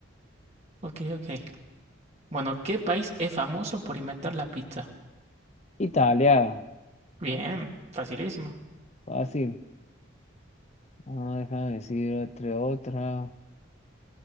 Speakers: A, on the right (about 35°); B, on the left (about 35°).
A: Ok, ok. Bueno, ¿qué país es famoso por inventar la pizza?
B: Italia,
A: Bien, facilísimo.
B: fácil. Ah, déjame decir otra, otra.